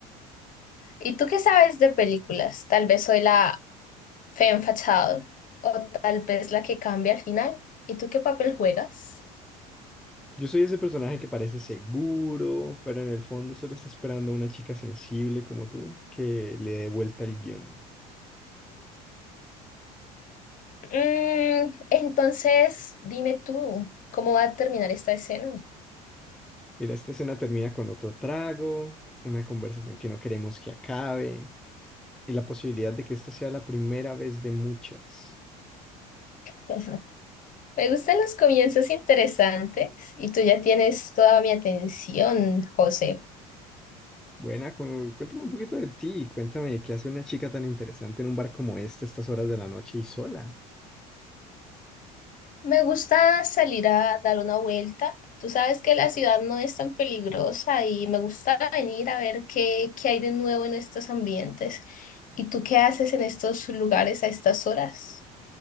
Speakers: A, on the left; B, in the centre.
A: ¿Y tú qué sabes de películas? Tal vez soy la femme fatale o tal vez la que cambia al final. ¿Y tú qué papel juegas?
B: Yo soy ese personaje que parece seguro, pero en el fondo solo está esperando a una chica sensible como tú que le dé vuelta el guión.
A: Mm, entonces, dime tú, ¿cómo va a terminar esta escena?
B: Mira, esta escena termina con otro trago, una conversación que no queremos que acabe y la posibilidad de que esta sea la primera vez de muchas.
A: <laughs> Me gustan los comienzos interesantes y tú ya tienes toda mi atención, José.
B: Buena, cu- cuéntame un poquito de ti cuéntame qué hace una chica tan interesante en un bar como este a estas horas de la noche y sola.
A: Me gusta salir a dar una vuelta. Tú sabes que la ciudad no es tan peligrosa y me gusta venir a ver qué, qué hay de nuevo en estos ambientes. ¿Y tú qué haces en estos lugares a estas horas?